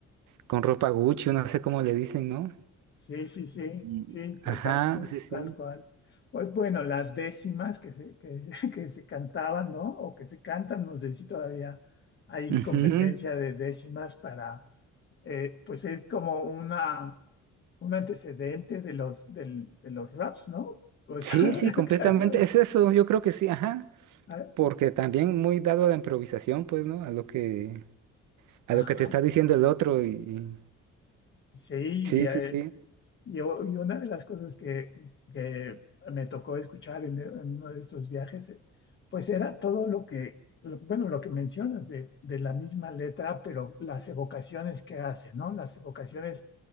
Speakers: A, on the right; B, on the left.
A: con ropa Gucci, no sé cómo le dicen, ¿no?
B: Sí, sí, sí,
A: Y
B: sí, t-
A: Ajá,
B: tal,
A: sí, sí.
B: tal cual. Pues bueno, las décimas que se, que, <laughs> que se cantaban, ¿no? O que se cantan, no sé si todavía hay
A: Ujú.
B: competencia de décimas para, eh, pues es como una, un antecedente de los, del- de los raps, ¿no? O sea,
A: Sí, sí,
B: <laughs>
A: completamente.
B: claro,
A: Es eso, yo creo que sí, ajá.
B: Ah,
A: Porque también muy dado a la improvisación, pues, ¿no? A lo que, a
B: Ajá,
A: lo que te está diciendo el otro y... y-
B: sí,
A: Sí,
B: y, eh,
A: sí, sí.
B: y o- y una de las cosas que, que me tocó escuchar en, en uno de estos viajes, eh, pues era todo lo que, lo- bueno, lo que mencionas de, de la misma letra, pero las evocaciones que hace, ¿no? Las evocaciones